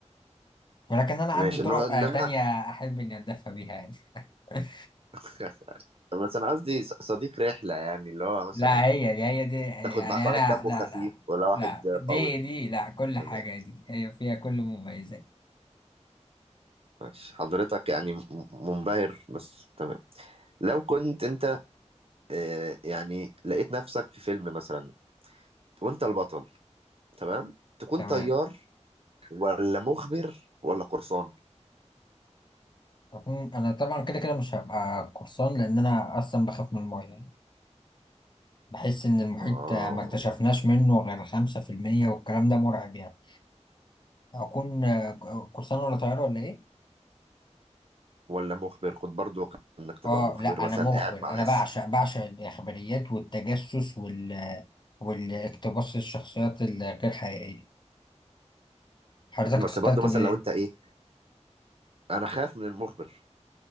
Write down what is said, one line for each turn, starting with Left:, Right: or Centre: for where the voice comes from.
Left: ولكن أنا عندي
Right: ماشي
Left: طرق
Right: إنما إنما
Left: آه تانية أحب إني أتدفى بيها يعني <laughs>
Right: <laughs> بس أنا قصدي ص- صديق رحلة يعني اللي هو مثلا
Left: لا هي دي هي دي
Right: تاخد
Left: يعني
Right: معاك واحد
Left: أنا
Right: دمه
Left: لا
Right: خفيف
Left: لا
Right: ولا واحد
Left: لا دي
Right: قوي
Left: دي لا كل
Right: تمام
Left: حاجة دي هي فيها كل المميزات
Right: ماشي حضرتك يعني م- منبهر بس تمام لو كنت انت آه، يعني لقيت نفسك في فيلم مثلا وانت البطل تمام تكون
Left: تمام
Right: طيار ولا مخبر ولا قرصان
Left: أكون- أنا طبعا كده كده مش هبقى قرصان لأن أنا أصلا بخاف من المية يعني بحس إن المحيط
Right: اه
Left: آه، ما اكتشفناش منه غير خمسة في المية والكلام ده مرعب يعني أكون آه، قرصان ولا طيار ولا إيه؟
Right: ولا مخبر خد برضو كان انك تبقى
Left: اه
Right: مخبر
Left: لا
Right: مثلا
Left: انا مخبر
Right: قاعد مع
Left: انا
Right: ناس
Left: بعشق بعشق الاخباريات والتجسس وال والاقتباس الشخصيات الغير حقيقيه حضرتك
Right: بس
Left: اخترت
Right: برضو مثلا
Left: بايه
Right: لو انت ايه انا خايف من المخبر